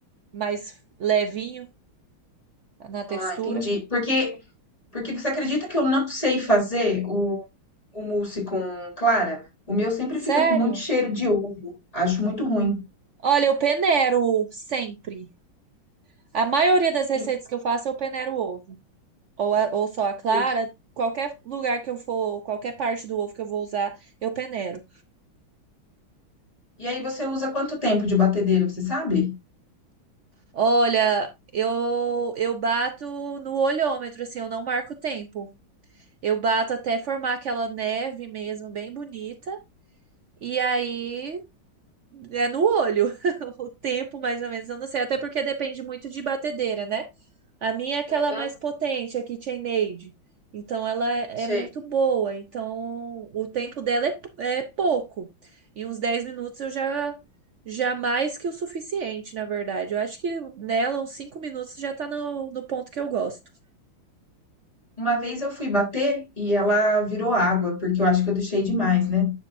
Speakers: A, on the right (about 75°); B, on the left (about 15°).
A: mais levinho na textura.
B: Ah, entendi. Porque, porque você acredita que eu não sei fazer o, o mousse com clara? O meu sempre
A: Sério?
B: fica com muito cheiro de ovo. Acho muito ruim.
A: Olha, eu peneiro sempre. A maioria das receitas
B: E,
A: que eu faço eu peneiro o ovo, ou a- ou só a clara.
B: por-
A: Qualquer lugar que eu for, qualquer parte do ovo que eu vou usar, eu peneiro.
B: e aí você usa quanto tempo de batedeira, você sabe?
A: Olha, eu eu bato no olhômetro, assim, eu não marco o tempo. Eu bato até formar aquela neve mesmo, bem bonita. E aí é no olho <laughs> o tempo, mais ou menos. Eu não sei, até porque depende muito de batedeira, né? A minha é aquela
B: Uhum.
A: mais potente, a KitchenAid. Então ela é
B: Sei.
A: é muito boa. Então o tempo dela é, é pouco. Em uns 10 minutos eu já. Já mais que o suficiente, na verdade. Eu acho que nela, uns 5 minutos já tá no, no ponto que eu gosto.
B: Uma vez eu fui bater e ela virou água, porque eu acho que eu deixei demais, né?